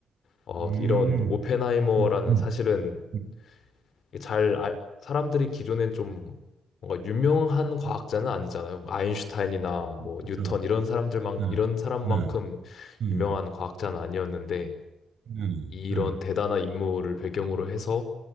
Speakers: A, on the left; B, on the right.
A: 어,
B: 음,
A: 이런 오펜하이머라는
B: 음,
A: 사실은
B: 음,
A: 이게 잘 아- 사람들이 기존엔 좀 뭔가 유명한 과학자는 아니잖아요. 뭐 아인슈타인이나 뭐
B: 음, 그죠.
A: 뉴턴 이런 사람들만
B: 네,
A: 이런 사람만큼
B: 네, 음.
A: 유명한 과학자는 아니었는데
B: 네,
A: 이런
B: 네,
A: 대단한 인물을 배경으로 해서